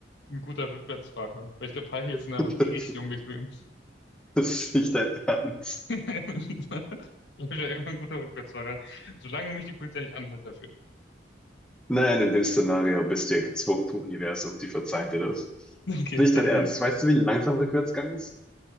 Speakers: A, on the left; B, in the centre.
A: ein guter Rückwärtsfahrer, weil ich glaube, High Heels
B: <laughs>
A: sind einfach richtig unbequem.
B: Das ist nicht dein Ernst.
A: <laughs> Ich glaube, ich werde irgendwann ein guter Rückwärtsfahrer, solange mich die Polizei nicht anhält dafür. <laughs>
B: Nein, in dem Szenario bist du ja gezwungen vom Universum, die verzeihen dir das.
A: Okay,
B: ist nicht
A: dann,
B: dein Ernst. Weißt du, wie langsam Rückwärtsgang ist?